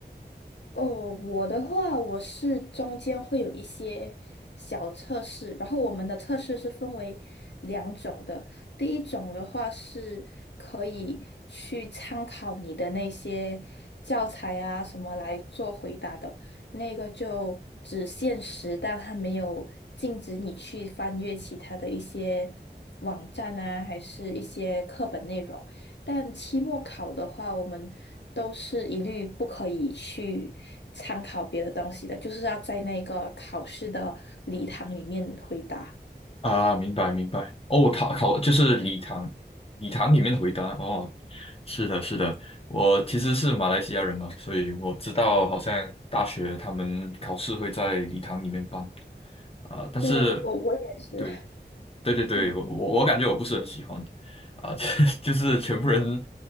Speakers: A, on the left; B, on the left.
A: 哦，我的话，我是中间会有一些小测试，然后我们的测试是分为两种的。第一种的话是可以去参考你的那些教材啊什么来做回答的，那个就只限时，但它没有禁止你去翻阅其他的一些网站啊，还是一些课本内容。但期末考的话，我们都是一律不可以去参考别的东西的，就是要在那个考试的礼堂里面回答。
B: 啊，明白明白。哦，他考就是礼堂，礼堂里面回答哦，是的，是的，我其实是马来西亚人嘛，所以我知道好像大学他们考试会在礼堂里面办啊，但是。
A: 对，我我也是，
B: 对。对对对，
A: 嗯，
B: 我我我感觉我不是很喜欢，啊，<laughs> 就是全部人，